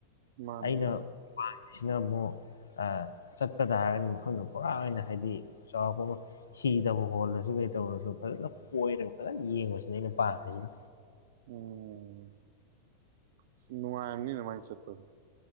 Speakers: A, on the right (about 50°); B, on the left (about 70°).
A: ꯃꯥꯅꯦ
B: ꯑꯩꯅ
A: ꯃꯥꯟ
B: ꯁꯤꯅ ꯑꯃꯨꯛ ꯑ ꯆꯠꯄ ꯇꯥꯔꯒꯗꯤ ꯃꯐꯝꯗꯨ ꯄꯣꯔꯥ ꯑꯣꯏꯅ ꯍꯥꯏꯗꯤ ꯆꯥꯎꯔꯥꯛꯄ ꯑꯃ ꯍꯤꯗꯕꯨ ꯍꯣꯜꯂꯁꯨ ꯀꯩ ꯇꯧꯔꯁꯨ ꯐꯖꯅ ꯀꯣꯏꯔꯒ ꯐꯖꯟ ꯌꯦꯡꯕꯁꯤꯅ ꯑꯩꯅ ꯄꯥꯝꯃꯤꯁꯤꯅ
A: ꯎꯝ ꯁꯤꯅꯨꯡꯉꯥꯏꯅꯤ ꯑꯗꯨꯃꯥꯏ ꯆꯠꯄꯁꯨ